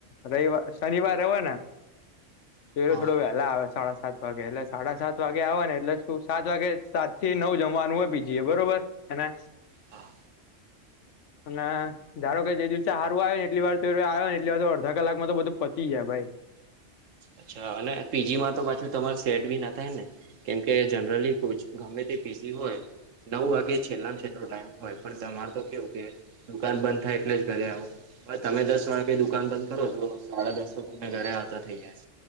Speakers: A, on the left; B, on the right.
A: રવિવાર શનિવારે હોય ને એરો
B: હા
A: થોડો વહેલા આવે સાડા સાત વાગે એટલે સાડા સાત વાગે આવે ને એટલે શું સાત વાગે સાત થી નવ જમ વાનું હોય પીજી એ બરોબર એને
B: હા
A: અને ધારો કે જે દિવસે હારું આયુ ને એટલી વાર તો એરો આયો ને એટલી વાર તો અડધા કલાકમાં તો બધું પત તીયા ભાઈ.
B: અચ્છા અને પીજીમાં તો પાછું તમારે સેટ ભી ના થાય ને કેમકે જનરલી કોચ ગમે તે જી હોય નવ વાગે છેલ્લો છેલ્લો ટાઈમ હોય પણ તમારે તો કેવું કે દુકાન બંધ થાય એટલે જ ઘરે આવો. હવે તમે દસ વાગે દુકાન બંધ કરો તો સાડા દસ તો તમને ઘરે આવતા થઇ જાય.